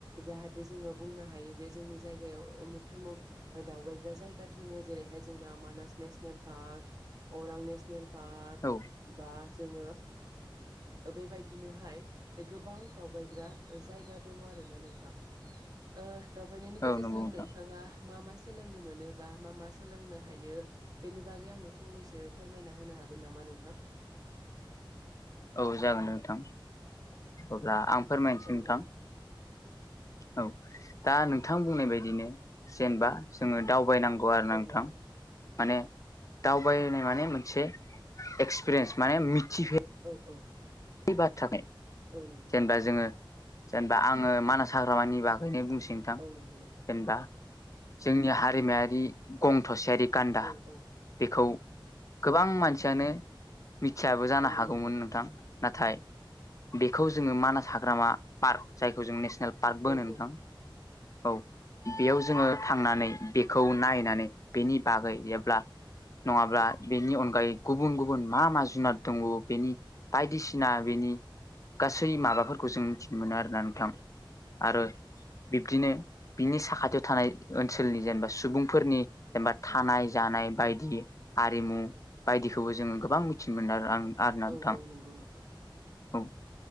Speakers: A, on the right; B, on the left.
A: जाहाथे जोङो बुं नो हायो जे जोंनि जायगायाव उमुग तुमुग ओ दावबाय ग्रा जायगा दोङो जेरैहाय जोंना मानास नेसनेल पार्क अरां नेसनेल पार्क
B: औ
A: बा जोङो बेबायदिनोहाय गोबां दावबायग्रा जायगा दङ आरो ना नोंथां। ओ दावबायनायनि गेजेरजों
B: औ नंगौ नोंथां
A: नोंथाङा मा मा सोलोंनो मोन नो बा मा मा सोलोंनो हायो बेनि बागै आंनो फनैसो फोरमाय होनो हागोन नोंथां।
B: औ जागोन नोंथां। अब्ला आं फोरमायनोसै
A: औ
B: नोंथां।
A: औ
B: औ दा नोंथां बुंनाय बायदिनो जेनेबा जोङो दावबायनांगौ गुवार नांथां
A: औ नंगौ
B: माने दावबायनाय माने मोनसे एक्सपिरियेन्स माने मिथिफे
A: औ औ।
B: बे बाथ्राखाय
A: औ नंगौ
B: जेनेबा जोङो जेनेबा आङो मानास हाग्रामानि बागैनो बुंसै नोंथां
A: औ नंगौ नोंथां
B: जेनेबा जोंनि हारिमायारि गं थसेआरि गान्दा
A: औ औ
B: बेखौ गोबां मानसियानो मिथियाबो जानो
A: नंगौ
B: हागौमोन
A: नंगौ
B: नोंथां। नाथाय बेखौ जोङो मानास हाग्रामा पार्क जायखौ जों नेसने नेेल पार्कबो
A: औ
B: होनो नोंथां
A: औ
B: औ बेयाव जोङो थांनानै बेखौ नायनानै बेनि बागै एब्ला नङाब्ला बेनि अनगायै गुबुन गुबुन मा मा जुनार दङ बेनि बायदिसिना बेनि गासै माबाफोरखौ जों मिथिनो मोनो आरोना नोंथां। आरो बिब्दिनो बिनि साखाथियाव थानाय ओनसोलनि जेनेबा सुबुंफोरनि जेनेबा थानाय जानाय बायदि हारिमु बायदिखौबो जोङो गोबां मिथिनो मोनो आं आरोना
A: औ
B: नोंथां
A: औ नंगौ नोंथां
B: औ